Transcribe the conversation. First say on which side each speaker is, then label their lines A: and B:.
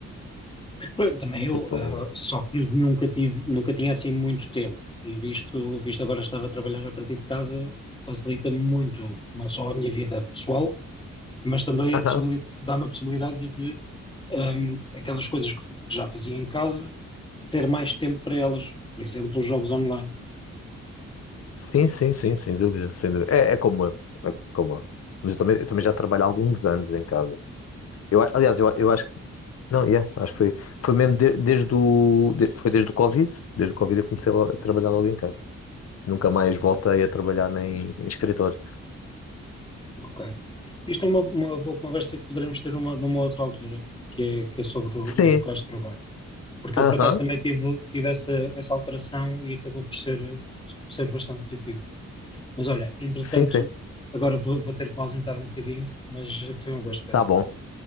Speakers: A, on the left; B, on the left.
A: Pá, Também eu,
B: Tipo,
A: ah, só que nunca tive, nunca tinha assim muito tempo. E visto, visto agora estar a trabalhar a partir de casa, facilita muito, não só a minha vida pessoal, mas também
B: aham,
A: a possibilidade, dá-me a possibilidade de, ahm, aquelas coisas que, que já fazia em casa, ter mais tempo para elas. Por exemplo, os jogos online.
B: sim, sim, sim, sem dúvida, sem dúvida. É, é como eu, é como eu. Mas eu também, eu também
A: Certo?
B: já trabalho há alguns anos em casa. Eu, a- aliás, eu, eu acho que, não, yeah, acho que foi, foi mesmo de- desde o, de- foi desde o Covid, desde o Covid eu comecei lo- a trabalhar logo em casa. Nunca mais voltei a trabalhar nem em escritório.
A: Ok. Isto é uma, uma boa conversa que poderemos ter numa, numa outra altura, que é, que é sobre os
B: Sim,
A: locais de trabalho. Porque
B: aham,
A: eu, por acaso, também tive, tive essa, essa alteração e acabou por ser, ser bastante positivo. Mas olha, entretanto,
B: sim, sim,
A: agora vou, vou ter que me ausentar um bocadinho, mas foi um gosto, Pedro.
B: tá bom.